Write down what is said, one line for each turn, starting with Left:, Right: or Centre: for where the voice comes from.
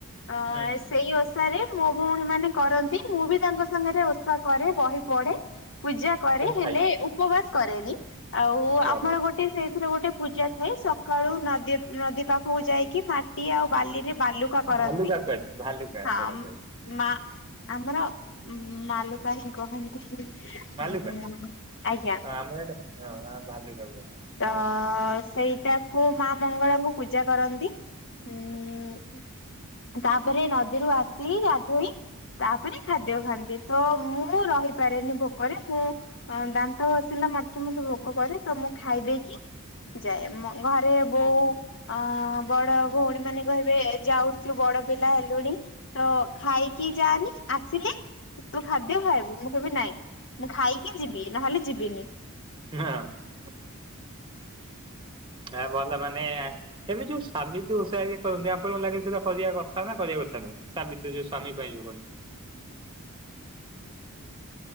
Left: ଅ
Right: ହୁଁ ହୁଁ
Left: ସେଇ ଓ ରେ ମୋ ଭଉଣୀ ମାନେ କରନ୍ତି ମୁଁ ବି ତାଙ୍କ ସାଙ୍ଗରେ ଓଷା କରେ ବହି ପଢେ ପୂଜା କରେ
Right: କିନ୍ତୁ
Left: ହେଲେ
Right: ଖାଇବି
Left: ଉପବାସ କରେନି ଆଉ ଆମର
Right: ଭଲ
Left: ଗୋଟେ ସେଇଥିରେ ଗୋଟେ ପୂଜା ଥା ସକାଳୁ ନଦୀ ନଦୀ ପାଖକୁ ଯାଇକି ମାଟି ଆଉ ବାଲିରେ ବାଲୁକା କରନ୍ତି
Right: ଭାଲୁକା କୁହାଯାଏ ଭାଲୁକା
Left: ହଁ
Right: ସେଇଟା କୁହାଯାଏ।
Left: ମା ଆମର ମାଲୁକା ହି କହନ୍ତି। ଆଜ୍ଞା
Right: ଭାଲୁକା ହଁ ଆମର ଏଇଟା ହଁ ଭାଲୁକା କୁହାଯାଏ।
Left: ତ
Right: ହଁ
Left: ସେଇଟାକୁ ମା ମଙ୍ଗଳାଙ୍କୁ ପୂଜା କରନ୍ତି। ଉଁ
Right: ହୁଁ।
Left: ତାପରେ ନଦୀରୁ ଆସି ଗାଧେଇ ତାପରେ ଖାଦ୍ୟ
Right: ହୁଁ
Left: ଖାଆନ୍ତି। ତ ମୁଁ ରହିପାରେନି ଭୋକରେ ମୁଁ ଦାନ୍ତ ଘଷିଲା ମାତ୍ରେ ମତେ ଭୋକ କରେ ତ ମୁଁ ଖାଇ ଦେଇକି ଯାଏ
Right: ହୁଁ
Left: ଘରେ ବୋଉ ଅ ବଡ ଭଉଣୀ ମାନେ କହିବେ ଯାଉଛୁ ବଡ ପିଲା ହେଲୁଣି ତ ଖାଇକି କି ଯାଆନି ଆସିଲେ ତୁ ଖାଦ୍ୟ ଖାଇବୁ ମୁଁ କହିବି ନାଇଁ ମୁଁ ଖାଇକି ଯିବି ନହେଲେ ଯିବିନି।
Right: ନାଁ <unintelligible> ହେ ଭଲ ମାନେ ଏମିତି ଯୋଉ ସାବିତ୍ରି ଓଷା ହେରିକା କରନ୍ତି ଆପଣ ଙ୍କୁ ଲାଗେ ସେଇଟା କରିବା କଥା ନା କରିବା କଥା <unintelligible> ସାବିତ୍ରୀ ଯୋଉ ସ୍ୱାମୀ ପାଇଁ ଯୋଉ <unintelligible>